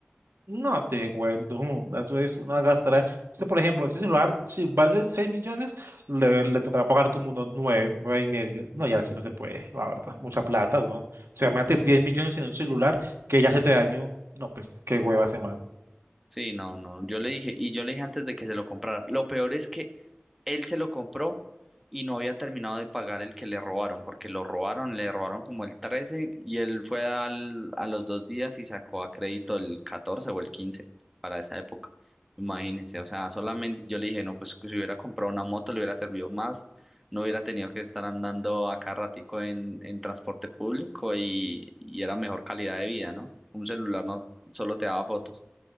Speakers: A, on the right; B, in the centre.
A: No te cuento, <laughs> mm, eso es una gastadera. Este, por ejemplo, ese celular, si vale 6 millones, le, le tocará pagar como unos 9, 9 y medio. No, ya así no se puede, la verdad. Mucha plata, weón. O sea, imagínate 10 millones en un celular que ya se te dañó. No, pues qué hueva se
B: Sí, no, no, yo le dije, y yo le dije antes de que se lo comprara, lo peor es que Él se lo compró y no había terminado de pagar el que le robaron, porque lo robaron, le robaron como el 13 y él fue al, a los dos días y sacó a crédito el 14 o el 15 para esa época. Imagínense, o sea, solamente yo le dije, no, pues si hubiera comprado una moto le hubiera servido más, no hubiera tenido que estar andando acá ratico en, en transporte público y, y era mejor calidad de vida, ¿no? Un celular no solo te daba fotos.